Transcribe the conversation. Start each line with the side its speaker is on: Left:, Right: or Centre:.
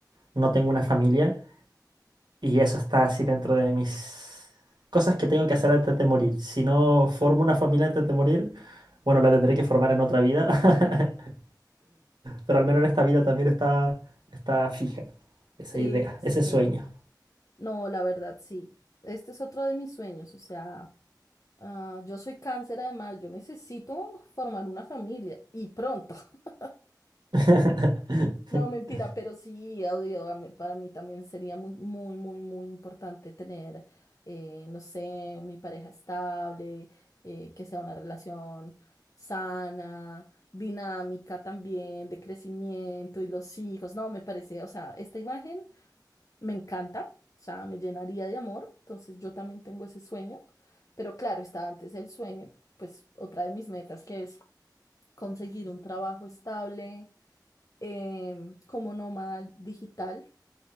Right: no tengo una familia. Y eso está así dentro de mis cosas que tengo que hacer antes de morir. Si no formo una familia antes de morir, bueno, la tendré que formar en otra vida, <laughs> pero al menos en esta vida también está, está fija esa
Left: Sí,
Right: idea,
Left: sí.
Right: ese sueño.
Left: No, la verdad, sí. Este es otro de mis sueños, o sea, ah, yo soy cáncer además, yo necesito formar una familia y pronto. <laughs>
Right: <laughs>
Left: No, mentira, pero sí, audio, a mí- para mí también sería muy, muy, muy, muy importante tener, eh, no sé, mi pareja estable, eh, que sea una relación sana, dinámica también, de crecimiento y los hijos. No, me parece, o sea, esta imagen me encanta, o sea, me llenaría de amor, entonces yo también tengo ese sueño, pero claro, está antes el sueño, pues otra de mis metas que es conseguir un trabajo estable em, como nómada digital,